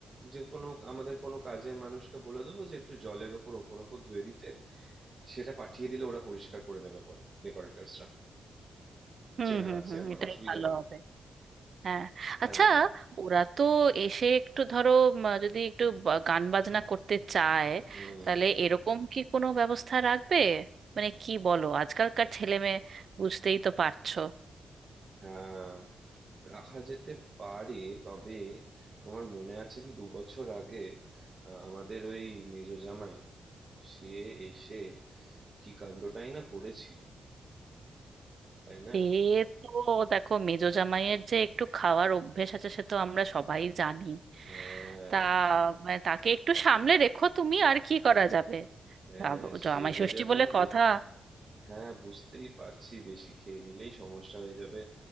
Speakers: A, on the right (about 30°); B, on the right (about 50°).
A: যে কোনো আমাদের কোনো কাজের মানুষকে বলে দেবো যে একটু জলের ওপর ওপর ওপর ধুয়ে দিতে সেটা পাঠিয়ে দিলে ওরা পরিষ্কার করে নেবে পরে ডেকোরেটরসরা
B: হুম
A: চেনা
B: হুম
A: আছে
B: হুম
A: আমার
B: এটাই
A: অসুবিধা
B: ভালো
A: হবে
B: হবে
A: না।
B: হ্যাঁ
A: হ্যাঁ
B: আচ্ছা ওরা তো এসে একটু ধরো উম, যদি একটু বা- গান বাজনা করতে চায়
A: হুম
B: তাহলে এরকম কি কোনো ব্যবস্থা রাখবে মানে কি বলো আজকালকার ছেলে মেয়ে বুঝতেই তো পারছো
A: হ্যাঁ রাখা যেতে পারে তবে তোমার মনে আছে কি দু বছর আগে আহ, আমাদের ওই মেজ জামাই সে এসে কি কাণ্ডটাই না করেছিল তাই না
B: সে তো দেখো মেজো জামাইয়ের যে একটু খাওয়ার অভ্যেস আছে সে তো আমরা সবাই জানি
A: হ্যাঁ
B: তা মানে তাকে একটু সামলে রেখো তুমি আর কি করা যাবে
A: হ্যাঁ
B: রাব- জামাই
A: সে যদি
B: ষষ্ঠী
A: এখন
B: বলে কথা
A: বেশ হ্যাঁ বুঝতেই পারছি বেশি খেয়ে নিলেই সমস্যা হয়ে যাবে